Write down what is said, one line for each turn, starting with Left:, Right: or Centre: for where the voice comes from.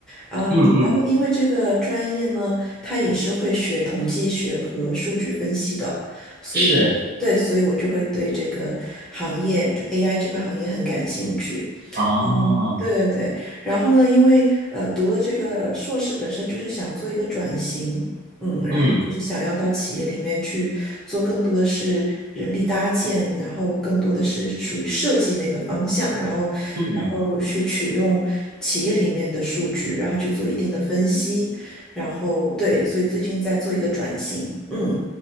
Centre: 嗯，
Right: 嗯嗯
Centre: 然后因为这个专业呢，它也是会学统计学和数据分析的，所以对，
Right: 是
Centre: 所以我就会对这个行业，就 AI 这个行业很感兴趣。
Right: 哦，
Centre: 嗯，对对，然后呢，因为呃读了这个硕士，本身就是想做一个转型，嗯，然后就是想要到企业里面去做更多的是人力搭建，
Right: 嗯
Centre: 然后更多的是属于设计那个方向，然后然后去取用企业里面的数据，
Right: 嗯，
Centre: 然后去做一定的分析，然后对，所以最近在做一个转型，嗯。